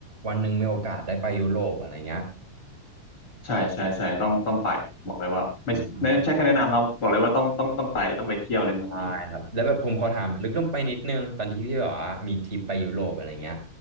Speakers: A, on the right; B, on the left.
A: วันหนึ่งมีโอกาสได้ไปยุโรปอะไรเงี้ย
B: ใช่ใช่ใช่ต้องต้องไปบอกเลยว่าไม่ไม่ไม่ใช่แค่แนะนำครับบอกเลยว่าต้องต้องต้องไปต้องไปเที่ยวเลยเมืองนี้
A: อืม ใช่ครับแล้วแบบผมขอถามลึกลงไปนิดนึงตอนที่พี่แบบว่ามีทริปไปยุโรปอะไรเงี้ย